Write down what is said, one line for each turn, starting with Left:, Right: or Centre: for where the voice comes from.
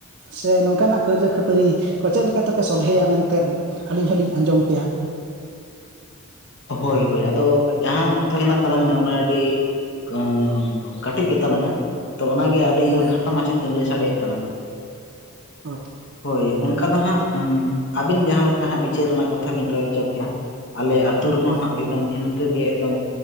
Right: ᱥᱮ ᱱᱚᱝᱠᱟᱱᱟᱜ ᱠᱟᱹᱭᱣᱡᱟᱹ ᱠᱷᱟᱹᱯᱟᱹᱨᱤ ᱠᱚ ᱪᱮᱫ ᱛᱮᱯᱮ ᱥᱚᱞᱦᱮᱭᱟ ᱢᱮᱱᱛᱮᱫ ᱟᱹᱞᱤᱧ ᱦᱚᱞᱤᱧ ᱟᱸᱡᱚᱢ ᱠᱮᱭᱟ?
Left: ᱦᱳᱭ ᱦᱳᱭ ᱟᱫᱚ ᱡᱟᱦᱟᱸ ᱚᱠᱛᱚ ᱦᱮᱱᱟᱜ ᱛᱟᱞᱟᱝᱟ ᱚᱱᱟ ᱟᱹᱰᱤ ᱠᱟᱹ ᱠᱟᱹᱴᱤᱡ ᱜᱮᱛᱟᱞᱟᱝᱟ ᱛᱚ ᱚᱱᱟᱜᱮ ᱟᱹᱰᱤ
Right: ᱦᱳᱭ
Left: ᱠᱷᱟᱴᱚ ᱢᱟᱪᱷᱟ ᱛᱤᱧ ᱞᱟᱹᱭ ᱥᱟᱰᱮᱫ ᱛᱟᱞᱟᱝᱟ ᱾
Right: ᱦᱳᱭ ᱾
Left: ᱦᱳᱭ ᱚᱱᱠᱟ ᱫᱚ ᱦᱟᱸᱜ ᱟᱹᱵᱤᱱ ᱡᱟᱦᱟᱸ ᱞᱮᱠᱟ ᱦᱟᱸᱜ ᱵᱤᱪᱟᱹᱨ ᱨᱮᱱᱟᱜ ᱠᱟᱛᱷᱟ ᱵᱤᱱ ᱨᱟᱹᱭ ᱦᱚᱪᱚ ᱠᱮᱫᱮᱜᱼᱟ ᱾ ᱟᱞᱮ ᱟᱹᱛᱩ ᱨᱮᱦᱚᱸ
Right: ᱦᱳᱭ
Left: ᱦᱟᱸᱜ ᱮᱠᱫᱚᱢ ᱤᱱᱠᱟᱹ ᱜᱮ ᱮᱠᱫᱚᱢ